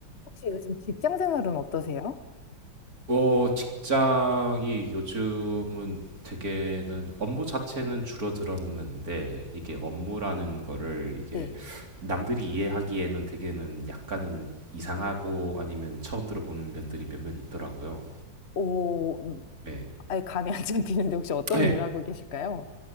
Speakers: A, on the left; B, on the right.
A: 혹시 요즘 직장 생활은 어떠세요?
B: 어, 직장이 요즘은 되게는 업무 자체는 줄어들었는데 이게 업무라는 거를 이게
A: 네.
B: 남들이 이해하기에는 되게는 약간은 이상하고 아니면 처음 들어보는 면들이 몇몇 있더라고요.
A: 오, 음,
B: 네.
A: 아예 감이 안 잡히는데 혹시 어떤
B: 네.
A: 일 하고 계실까요?